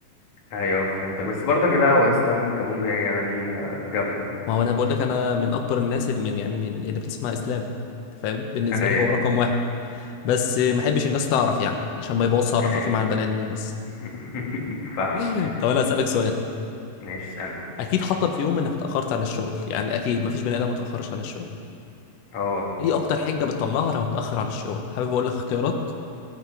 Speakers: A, on the left; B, on the left.
A: ايوه فهمتك بس برضه كده هو اسلام كابونجا يعني اغانيه جامده
B: ما هو انا بقول لك انا من اكبر الناس اللي من يعني من اللي بتسمع اسلام انت فاهم بالنسبه
A: ايوه
B: لي هو رقم واحد بس ما احبش الناس تعرف يعني عشان ما يبوظش علاقاتي
A: ايوه
B: مع البني ادمين بس
A: <laughs> فاهمك
B: <laughs> طب انا اسالك سؤال
A: ماشي اسالني
B: اكيد حصل في يوم انك اتاخرت عن الشغل يعني اكيد مفيش بني ادم ما اتاخرش عن الشغل
A: اه
B: ايه اكتر حجه بتطلعها لما بتاخر عن الشغل حابب اقول لك اختيارات